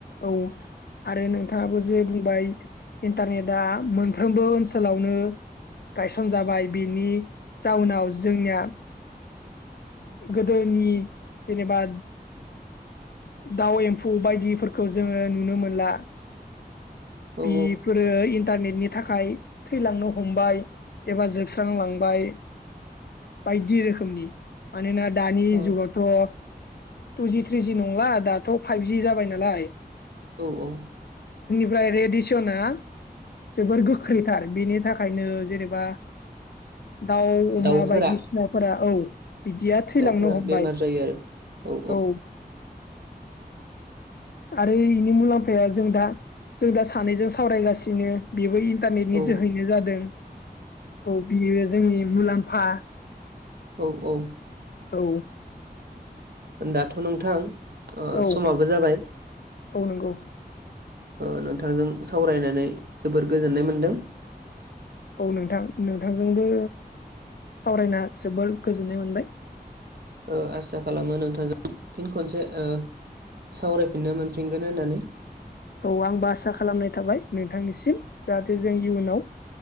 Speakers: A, on the left (about 75°); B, on the right (about 70°).
A: औ आरो नोंथाङाबो जे बुंबाय इन्टारनेटआ मोनफ्रोमबो ओनसो सोलावनो गायसन जाबाय बिनि जाउनाव जोंनिया गोदोनि जेनेबा दाउ एम्फौ बायदिफोरखौ जोङो नुनो मोनला।
B: औ
A: बिफोरो इन टारनेटनि थाखाय थैलांनो हमबाय एबा जोबस्रांलांबाय। बायदि रोखोमनि मानोना दानि
B: औ
A: जुगावथ' टुजि थ्रिजि नंला दाथ फाइभजि जाबाय नालाय।
B: औ औ।
A: ओमफ्राय रेडिसना जोबोर गोख्रैथार बेनि थाखायनो जेनेबा दाउ अमा
B: दाउफोरा
A: बायदिसिनाफोरा औ बिदिया थैलांनो
B: दाउफोरा
A: हमबाय
B: बेमार जायो आरो
A: औ। आरो इनि मुलाम्फाया जों दा जों दा सानैजों सावरायगासिनो बेबो इ न्टारनेटनि
B: औ
A: जोहैनो जादों औ बियो जोंनि मुलाम्फा।
B: औ औ।
A: औ।
B: दाथ नोंथां ओ
A: औ
B: समाबो जाबाय।
A: औ नोंगौ।
B: ओ नोंथांजों सावरायनानै जोबोर गोजोननाय मोनदों।
A: औ नोंथां नोंथांजोंबो सावरायना जोबोर गोजोननाय मोनबाय।
B: ओ आसा खालामो नोंथांजों फिन खनसे ओ सावरायफिननो मोनफिनगोन होननानै
A: औ आंबो आसा खालामनाय थाबाय नोंथांनिसिम जाहाथे जों इयुनाव